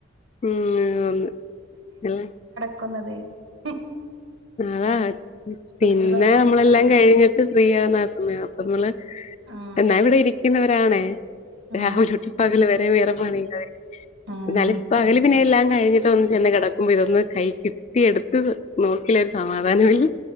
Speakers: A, on the left; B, on the right.
A: ഉം ഒന്ന് ഇല്ലേ
B: ക്കുന്നത് ഉം
A: അതാ
B: കൊറച്ച്
A: പിന്നെ
B: സമയം
A: നമ്മളെല്ലാം കഴിഞ്ഞിട്ട് ഫ്രീ ആവുന്ന ആ സമയം നമ്മള്
B: ആ
A: എന്നാ ഇവിടെ ഇരിക്കുന്നവരാണേ
B: ആ
A: രാവിലൊട്ട് പകല് വരെ വേറെ പണിണ്ടായിരുന്നു
B: ആ
A: എന്നാലും പകല് പിന്നെ എല്ലാം കഴിഞ്ഞിട്ടൊന്ന് ചെന്ന് കിടക്കുമ്പോൾ ഇതൊന്നു കയ്യിൽ കിട്ടി എടുത്തത് നോ ഇലെല്ല് ഒരു സമാധാനമില്ല